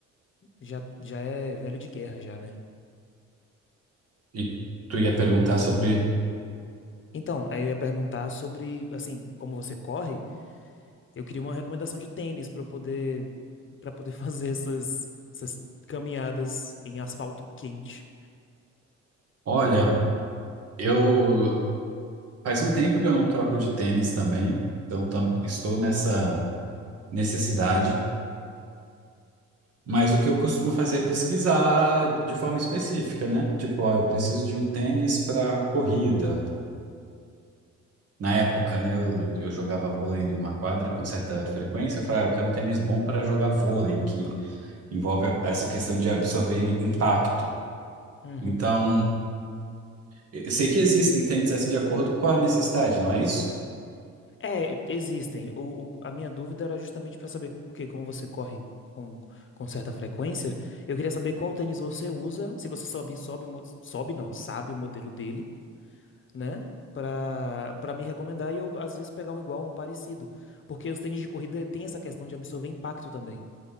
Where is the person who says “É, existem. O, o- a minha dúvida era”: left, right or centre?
Left